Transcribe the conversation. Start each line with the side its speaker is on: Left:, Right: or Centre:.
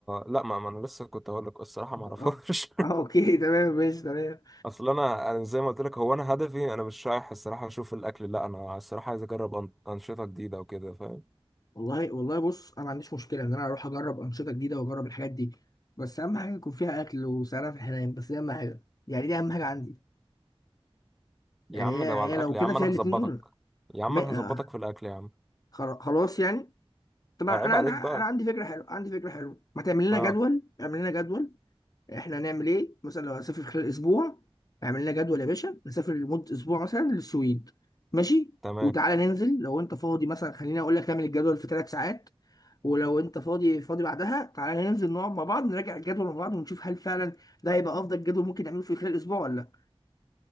Centre: لا ما, ما انا لسه كنت هقول لك الصراحه ما اعرفهاش
Left: اه اه اوكي <laughs> تمام ماشي تمام
Centre: <laughs> اصل انا انا زي ما قلت لك هو انا هدفي انا مش رايح الصراحه اشوف الاكل لا انا الصراحه عايز اجرب أن- انشطه جديده وكده فاهم
Left: والله والله بص انا ما عنديش مشكله ان انا اروح اجرب انشطه جديده واجرب الحاجات دي بس اهم حاجه يكون فيها اكل وسعرها في الحنان بس دي اهم حاجه يعني دي اهم حاجه عندي يعني
Centre: يا عم
Left: هي
Centre: لو
Left: هي
Centre: على الاكل
Left: لو كده
Centre: يا عم
Left: فيها
Centre: انا
Left: الاتنين
Centre: هظبطك
Left: دول
Centre: يا عم
Left: ما
Centre: انا هظبطك
Left: آه،
Centre: في الاكل يا عم
Left: خلا- خلاص يعني طب انا
Centre: عيب
Left: عندي
Centre: عليك
Left: انا
Centre: بقى
Left: عندي فكره حلوه عندي فكره حلوه ما تعمل لنا
Centre: اه
Left: جدول اعمل لنا جدول احنا هنعمل ايه مثلا لو هنسافر خلال اسبوع اعمل لنا جدول يا باشا نسافر لمده اسبوع مثلا للسويد ماشي
Centre: تمام
Left: وتعالى ننزل لو انت فاضي مثلا خليني اقول لك اعمل الجدول في ثلاث ساعات ولو انت فاضي فاضي بعدها تعالى ننزل نقعد مع بعض نراجع الجدول مع بعض ونشوف هل فعلا ده هيبقى افضل جدول ممكن نعمله في خلال اسبوع ولا لا